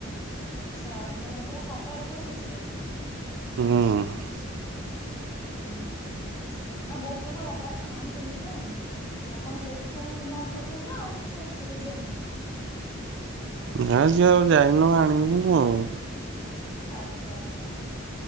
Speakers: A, on the left; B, on the right.
A: ଆଚ୍ଛା ମୁଁ କହଲି ଆଜି ପୁରା ସାଧାରେ ପଳେଇଛି।
B: ହଁ।
A: ହୁଁ ନା ବହୁତ ଲୋକ ରବିବାର ଖାଆନ୍ତିନି ଯେ ଆପଣ ସେଇଥିପାଇଁ ବନ୍ଦ କରିଛନ୍ତି ନା ଆଉ କିଛି ଅଛି ରିଜିନ?
B: ନା ଆଜି ଆଉ ଯାଇନୁ ଆଣିବୁ ଆଉ।
A: ଆଚ୍ଛା ଆଚ୍ଛା।